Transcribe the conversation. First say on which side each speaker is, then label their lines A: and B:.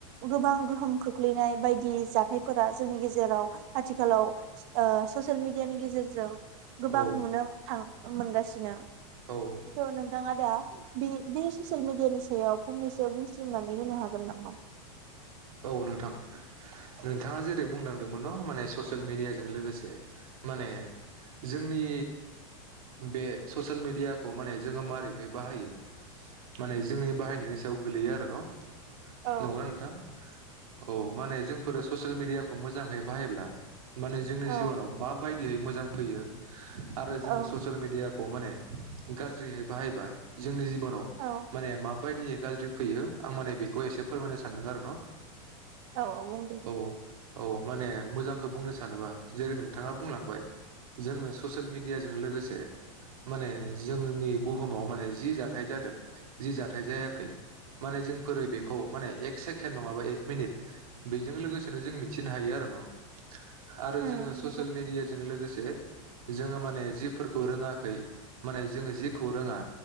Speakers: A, on the right; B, on the right.
A: गोबां गोहोम खोख्लैनाय बायदि जाथायफोरा जोंनि गेजेराव आथिखालाव ओ ससियेल मेडियानि गेजेरजों गोबां।
B: औ
A: नुनो थां-मोनगासिनो
B: औ
A: नोंथाङा दा बि बि ससियेल मिडियानि सायाव फंनैसो बुंस्लिमनानै होनो हागोन नामा?
B: औ नोंथां नोंथाङा जेरै बुंलांदोंमोन न माने ससियेल मिडियाजों लोगोसे माने जोंनि बे ससियेल मिडिया खौ माने जोङो मारैहै बाहायो माने जोंनि बाहायनायनि सायाव गोलैयो आरो न।
A: औ
B: नोंगौना नोंथां। औ माने जों फोरो ससियेल मिडियाखौ मोजाङै बाहायब्ला माने जोंनि
A: औ
B: जिबनाव मा बायद दियै मोजां फैयो। आरो
A: औ
B: जोङो ससियेल मिडिया खौ माने गाज्रिहै बाहायोबा जोंनि जि बनाव
A: औ
B: माने मा बायदियै गाज्रि फैयो आं माने बे खौ एसे फोरमायनो सानदों आरो न'।
A: औ <unintelligible>
B: औ औ। माने मोजांखो बुंनो सानोबा जेरै नोंथाङा बुंलांबाय जोङो ससियेल मेडियाजों लोगोसे माने जोंनि बुहुमाव माने जि जाथाय जादों जि जाथाय जायाखै माने जोंफोरो बेखौ माने एक सेकेणड नङाबा एक मिनिट बि जों लोगोसेनो जों मिथिनो हायो आरो न'। आरो
A: उम
B: जोङो ससियेल
A: नंगौ
B: मिडियाजों लोगोसे जोङो माने जिफोरखौ रोङाखै माने जोङो जिखौ रोङा